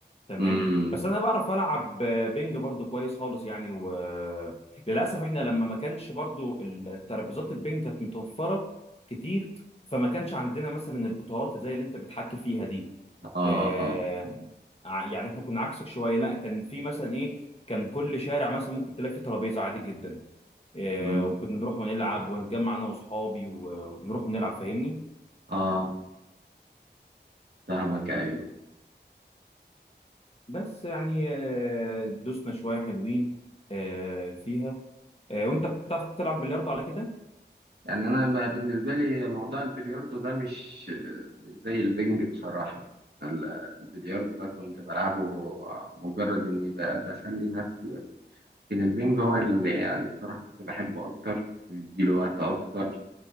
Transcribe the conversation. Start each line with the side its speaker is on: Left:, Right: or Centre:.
Left: تمام
Right: امم
Left: بس انا بعرف العب آه، بنج برضو كويس خالص يعني وللاسف احنا لما ما كانش برضو الترابيزات البنج كانت متوفره كتير فما كانش عندنا مثلا البطولات زي اللي انت بتحكي فيها دي
Right: اه
Left: آه،
Right: اه
Left: ع- يعني احنا كنا عكسك شويه لا كان في مثلا ايه كان كل شارع مثلا ممكن تلاقي فيه ترابيزه عادي جدا آه،
Right: مم.
Left: وكنا نروح ونلعب ونتجمع انا واصحابي و- ونروح ونلعب فاهمني
Right: اه فاهمك ايوه
Left: بس يعني آه، دوسنا شويه حلوين آه، فيها آه، وانت بتعرف تلعب بلياردو على كده
Right: يعني انا ب- بالنسبه لي موضوع البلياردو ده مش مش زي البنج بصراحه ال- البلياردو ده كنت بلعبه مجرد اني ب- بسلي نفسي لكن البنج هو اللي يعني بصراحة كنت بحبه أكتر بديله وقت أكتر